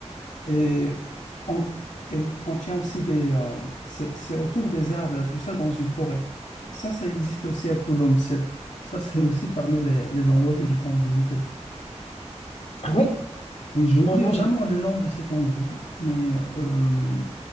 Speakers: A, on the left; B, on the left.
A: Et on- elle contient aussi des... euh, c'est c'est autour des arbres et tout ça dans une forêt. Ça, ça existe aussi à Tulum. C'est- Ça, c'est aussi parmi les, les endroits que je compte visiter.
B: Ah oui,
A: Oui, j'ai oublié
B: en Angers.
A: vraiment le nom de cet endroit, mais euh,